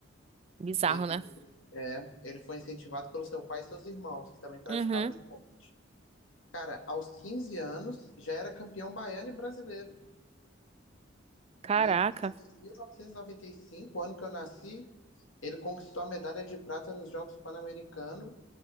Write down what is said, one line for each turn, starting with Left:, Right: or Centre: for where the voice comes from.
Right: Bizarro,
Left: Ele,
Right: né?
Left: é, ele foi incentivado pelo seu pai e seus irmãos, que também praticavam
Right: Uhum.
Left: esporte. Cara, aos 15 anos, já era campeão baiano e brasileiro.
Right: Caraca.
Left: E em 1995, ano que eu nasci, ele conquistou a medalha de prata nos Jogos Pan-Americanos